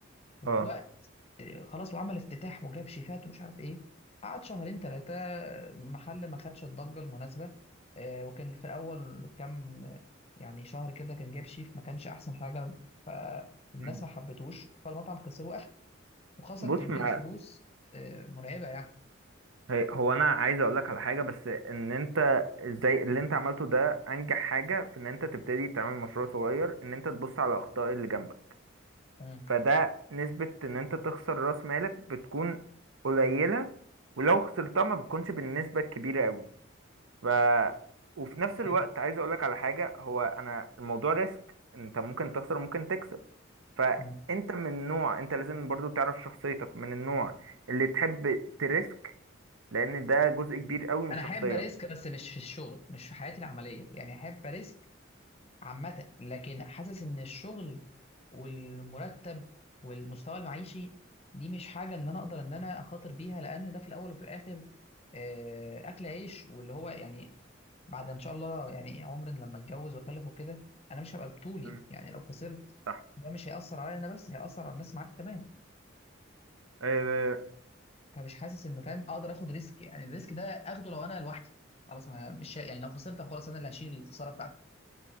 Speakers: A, on the left (about 30°); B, on the right (about 75°).
A: وفي
B: اه
A: وقت إيه، خلاص وعمل افتتاح وجاب شيفات ومش عارف ايه قعد شهرين ثلاثة محل ما خدش الضجة المناسبة آه، وكان في الأول كام يعني شهر كده كان جايب شيف ما كانش أحسن حاجة فالناس
B: مم.
A: ما حبتوش فالمطعم خسر وقفل وخسر
B: بص
A: كمية
B: ما
A: فلوس آه، مرعبة يعني
B: هي هو انا عايز اقول لك على حاجه بس ان انت ازاي اللي انت عملته ده انجح حاجه في ان انت تبتدي تعمل مشروع صغير ان انت تبص على الاخطاء اللي جنبك
A: مم.
B: فده نسبه ان انت تخسر راس مالك بتكون قليله ولو خسرتها ما بتكونش بالنسبه الكبيره قوي ف وفي نفس الوقت
A: فاهم.
B: عايز اقول لك على حاجه هو انا الموضوع ريسك انت ممكن تخسر ممكن تكسب فانت
A: مم.
B: من نوع انت لازم برضو تعرف شخصيتك من النوع اللي تحب تريسك لان ده جزء كبير قوي من
A: أنا
B: الشخصيه
A: أحب أريسك بس مش في الشغل مش في حياتي العملية يعني أحب أريسك عامة لكن حاسس إن الشغل والمرتب والمستوى المعيشي دي مش حاجة إن أنا أقدر إن أنا أخاطر بيها لأن ده في الأول وفي الآخر آه، أكل عيش واللي هو يعني بعد إن شاء الله يعني عمر لما أتجوز وأخلف وكده أنا مش هبقى بطولي
B: مم.
A: يعني لو خسرت
B: صح
A: ده مش هيأثر عليا أنا بس هيأثر على الناس معايا كمان
B: آه،
A: فمش حاسس إنه فاهم أقدر آخد ريسك يعني الريسك ده آخده لو أنا لوحدي خلاص ما مش يعني لو خسرت خلاص أنا اللي هشيل الخسارة بتاعتي